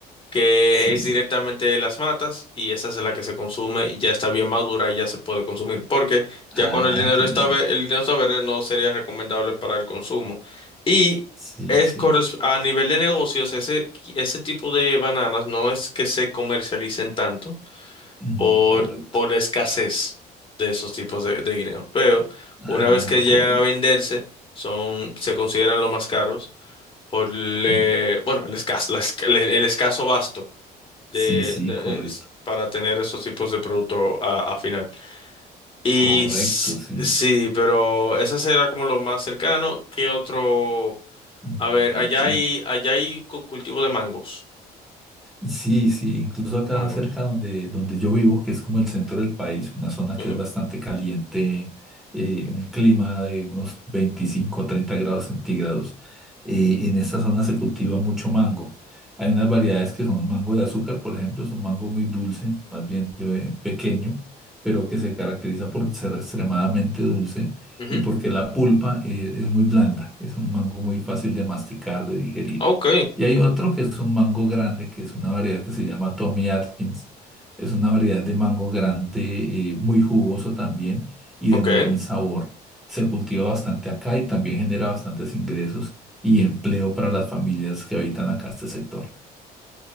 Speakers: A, on the left; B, in the centre.
A: que
B: sí.
A: es directamente de las matas y esa es la que se consume y ya está bien madura y ya se puede consumir, porque
B: Ah,
A: ya con el dinero
B: qué
A: está
B: bien.
A: ve- el dinero está verde no sería recomendable para el consumo. Y
B: Sí,
A: es
B: sí.
A: corres- a nivel de negocios, ese, ese tipo de bananas no es que se comercialicen tanto
B: Mm,
A: por,
B: correcto.
A: por la escasez de esos tipos de, de guineos. Pero
B: Ah,
A: una vez que llegan
B: correcto.
A: a venderse, son, se consideran los más caros por le-
B: Mm,
A: bueno, el escaso, la esca- el, el escaso basto de,
B: sí, sí,
A: de-
B: correcto.
A: es- para tener esos tipos de producto a, a final. Y
B: Correcto,
A: s-
B: sí.
A: sí, pero esa será como lo más cercano. ¿Qué otro?
B: Mm,
A: A ver,
B: bien,
A: allá
B: bien.
A: hay, allá hay cu- cultivo de mangos.
B: Sí, sí, incluso acá
A: Mangos.
B: cerca donde, donde yo vivo, que es como el centro del país, una zona
A: Ujú,
B: que es bastante caliente, eh, un clima de unos 25 o 30 grados centígrados. eh, en esta zona se cultiva mucho mango. Hay unas variedades que son mango de azúcar, por ejemplo, es un mango muy dulce, más bien de- pequeño, pero que se caracteriza por ser extremadamente dulce
A: ujú.
B: y porque la pulpa, eh, es muy blanda, es un mango muy fácil de masticar, de digerir.
A: Ok,
B: Y hay otro que es un mango grande, que es una variedad que se llama Tommy Atkins. Es una variedad de mango grande, eh, muy jugoso también y
A: ok.
B: de muy buen sabor. Se cultiva bastante acá y también genera bastantes ingresos y empleo para las familias que habitan acá este sector.